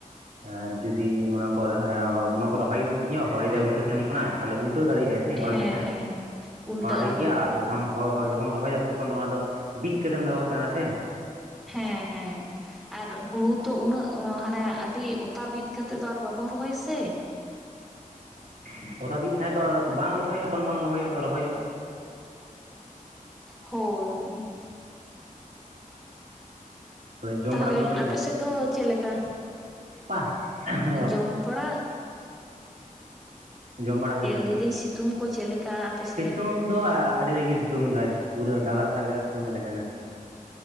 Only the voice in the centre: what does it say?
ᱦᱮᱸ
ᱦᱮᱸ ᱩᱞᱴᱟᱹᱜᱼᱟ
ᱦᱳᱭ
ᱦᱮᱸ ᱦᱮᱸ ᱟᱨ ᱦᱩᱲᱩ ᱛᱚ ᱩᱱᱟᱹᱜ ᱢᱟᱱᱮ ᱟᱹᱰᱤ ᱚᱛᱟ ᱵᱤᱫ ᱠᱟᱛᱮᱜ ᱫᱚ ᱟᱨ ᱵᱟᱵᱚᱱ ᱨᱚᱦᱚᱭ ᱥᱮ
<inaudible>
ᱦᱳᱭ
ᱛᱟᱦᱚᱞᱮ
ᱟᱯᱮ ᱥᱮᱫ ᱫᱚ ᱪᱮᱫ ᱞᱮᱠᱟ?
ᱡᱚᱢᱵᱟᱲᱟ
ᱞᱟᱹᱭᱫᱟᱹᱧ
ᱥᱤᱛᱩᱝ ᱠᱚ ᱪᱮᱫ ᱞᱮᱠᱟ ᱟᱯᱮᱥᱮᱫ